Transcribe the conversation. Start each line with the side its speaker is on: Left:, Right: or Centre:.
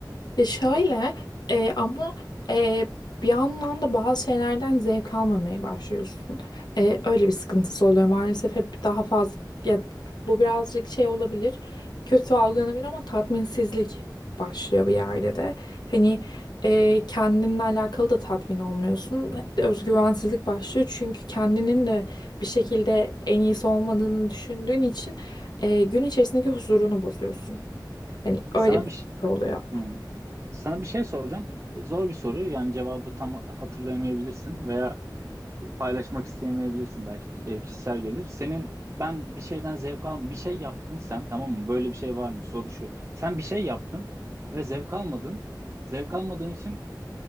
Left: Ya şöyle e, ama e, bir yandan da bazı şeylerden zevk almamaya başlıyorsun. E, öyle bir sıkıntısı oluyor maalesef hep daha fazla ya, bu birazcık şey olabilir kötü algılanabilir ama tatminsizlik başlıyor bir yerde de. Hani e, kendinle alakalı da tatmin olmuyorsun. Özgüvensizlik başlıyor çünkü kendinin de bir şekilde en iyisi olmadığını düşündüğün için e, gün içerisindeki huzurunu bozuyorsun. Hani öyle
Right: Sana
Left: bir
Right: bir
Left: sıkıntı
Right: şey,
Left: oluyor.
Right: hmm. Sana bir şey soracağım. Zor bir soru. Yani cevabı tam hatırlayamayabilirsin veya Paylaşmak istemeyebilirsin belki e, kişisel gelir. Senin ben bir şeyden zevk al bir şey yaptın sen tamam mı? Böyle bir şey var mı? Soru şu. Sen bir şey yaptın ve zevk almadın. Zevk almadığın için